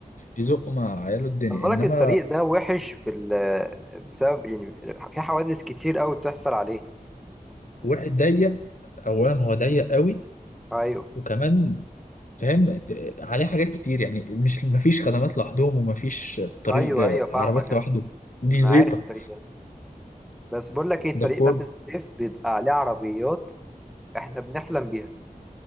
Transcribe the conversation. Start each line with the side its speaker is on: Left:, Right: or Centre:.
Left: يزقوا مع عياله الدنيا
Centre: خلي بالك
Left: انما
Centre: الطريق ده وحش في ال بسبب يعني في حوادث كتير أوي بتحصل عليه
Left: واحد ضيق اولا هو ضيق قوي
Centre: أيوة
Left: وكمان فاهم آه، عليه حاجات كتير يعني مش مفيش خدمات لوحدهم ومفيش طريق
Centre: أيوة
Left: لعربيات
Centre: أيوة فاهمك أنا
Left: لوحده دي
Centre: أنا
Left: زيطه
Centre: عارف الطريق ده بس بقول لك إيه الطريق
Left: ده كود
Centre: ده في الصيف بيبقى عليه عربيات إحنا بنحلم بيها